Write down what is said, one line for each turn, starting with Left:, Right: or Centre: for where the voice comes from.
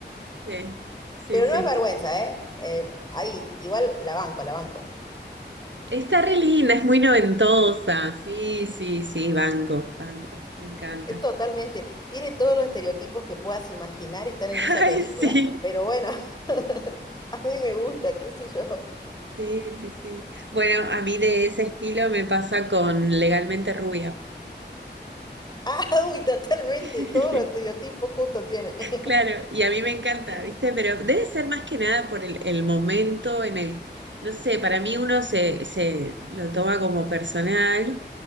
Right: Sí, sí,
Left: Pero
Right: sí.
Left: no es vergüenza, ¿eh? Eh, ahí, igual la banco, la banco.
Right: Está re linda, es muy noventosa. Sí, sí, sí, banco, banco, me encanta.
Left: Eh, Totalmente, tiene todos los estereotipos que puedas imaginar están
Right: <laughs>
Left: en esa
Right: Ay,
Left: película,
Right: sí.
Left: pero bueno, <laughs> a mí me gusta, qué sé yo.
Right: Sí, sí, sí. Bueno, a mí de ese estilo me pasa con Legalmente Rubia.
Left: Ah, uy, totalmente,
Right: <laughs>
Left: todos los estereotipos juntos tiene.
Right: Claro, y a mí me encanta,
Left: <laughs>
Right: ¿viste? Pero debe ser más que nada por el, el momento en el, no sé, para mí uno se, se lo toma como personal